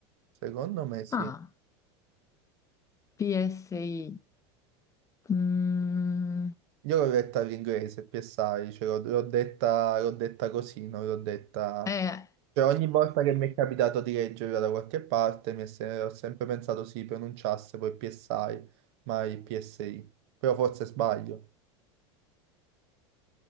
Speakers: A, on the right; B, on the left.
A: Secondo me sì.
B: Ah, PSI. Mm,
A: Io l'ho detta all'inglese, PSI, cioè l'ho l'ho detta, l'ho detta così, non l'ho detta...
B: eh,
A: Cioè ogni volta che mi è capitato di leggerla da qualche parte mi è se- ho sempre pensato si pronunciasse poi PSI, mai PSI. Però forse sbaglio.